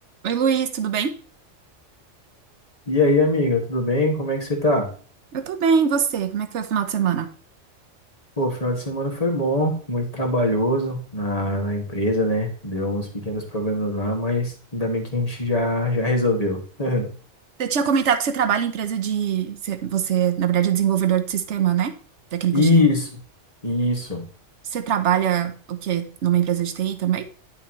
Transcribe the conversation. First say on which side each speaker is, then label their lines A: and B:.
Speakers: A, on the right (about 65°); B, on the left (about 30°).
A: Oi, Luiz, tudo bem?
B: E aí, amiga, tudo bem? Como é que você tá?
A: Eu tô bem, e você? Como é que foi o final de semana?
B: Pô, o final de semana foi bom, muito trabalhoso na, na empresa, né? Deu uns pequenos problemas lá, mas ainda bem que a gente já, já resolveu. <laughs>
A: Você tinha comentado que você trabalha em empresa de. Você, você, na verdade, é desenvolvedor de sistema, né? Técnico
B: Isso,
A: de.
B: isso.
A: Você trabalha o quê? Numa empresa de TI também?